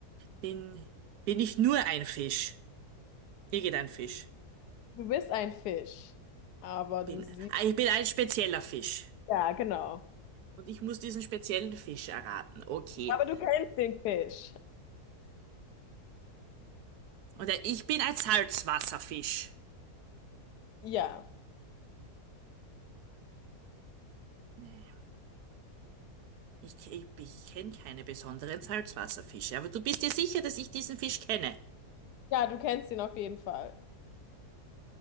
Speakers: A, on the right; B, on the left.
A: Bin, bin ich nur ein Fisch? Irgendein Fisch.
B: Du bist ein Fisch, aber du
A: Bin,
B: siehst,
A: ah, ich bin ein spezieller Fisch.
B: ja, genau.
A: Und ich muss diesen speziellen Fisch erraten. Okay.
B: Aber du kennst den Fisch.
A: Und äh, ich bin ein Salzwasserfisch.
B: Ja,
A: Nee. Ich, ich, ich kenne keine besonderen Salzwasserfische. Aber du bist dir sicher, dass ich diesen Fisch kenne?
B: ja, du kennst ihn auf jeden Fall.